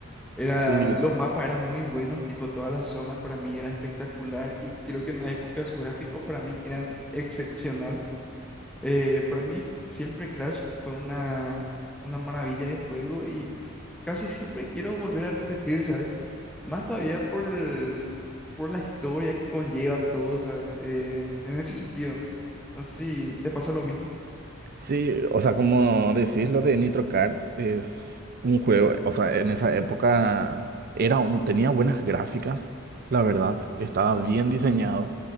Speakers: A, in the centre; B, on the right.
A: Era,
B: Sí, sí,
A: los mapas eran muy buenos, tipo toda la zona para mí era espectacular y creo que en la época sus gráficos para mí eran excepcional. Eh, para mí siempre Crash fue una, una maravilla de juego y casi siempre quiero volver a repetir, ¿sabes? Más todavía por el, por la historia que conlleva todo, ¿sabes? En, en ese sentido, no sé si te pasa lo mismo.
B: Sí, o sea, como decís, lo de Nitro Kart es un juego, o sea, en esa época era un- tenía buenas gráficas, la verdad, estaba bien diseñado